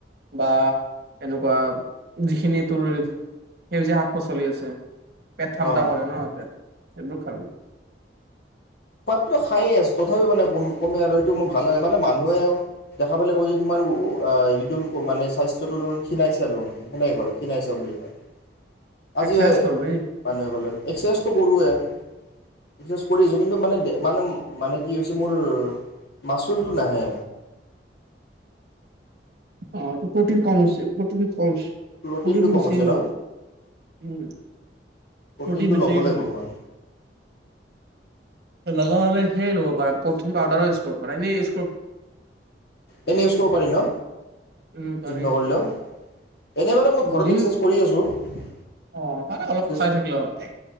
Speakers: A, on the right; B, on the left.
A: বা! এনেকুৱা যিখিনি তোৰ সেউজীয়া শাক-পাচলি আছে। পেট ঠাণ্ডা
B: অঁ
A: কৰে ন, ! সেইবোৰ খাবি।
B: খোৱাতটো খায়ে আছোঁ, তথাপিও মানে, কম কমে আৰু! সেইটো মানে ভাল নালাগে। মানে, মানুহেও দেখা পালে কয় যে, তোমাৰ ৱে, আ, এ হেৰিতো মানে, স্বাস্থ্যটো খীণাইছা দেখোন। সেনেকে কয়, খীণাইছা বুলি কয়। আজি
A: এক্সাৰচাইজ
B: মানুহে
A: কৰবি
B: ক'লে! এক্সাৰচাইজটো কৰোৱে। <unintelligible> কিন্তু মানে, দে, মানে, মানে কি হৈছে মোৰ, মাচুলটো নাহে।
A: অ' তোৰ প্ৰ'টিন কম হৈছে, প্ৰ'টিন কম হৈছে।
B: প্ৰ'টিনটো
A: প্ৰ'টিন
B: কম
A: বেছিকে
B: হৈছে
A: খাবি।
B: ন
A: উম।
B: প্ৰ'টিনটো
A: প্ৰ'টিন বেছিকে
B: ল'ব লাগিব
A: খাবি।
B: মই
A: লাগা, হ'লে সেই ল' <unintelligible> পাৰা। প্ৰ'টিন পাউাৰো ইউজ কৰিব পাৰে! দেই
B: এনে ইউজ কৰিব পাৰি ন,
A: উম পাৰি
B: জিম নকৰিলেও? এনে বাৰু! মই ঘৰত
A: জিম
B: এক্সাৰচাইজ কৰি আছোঁ।
A: অ' পাৰে অলপ
B: এক্সাৰচাইজ
A: চাই থাকিল হয়।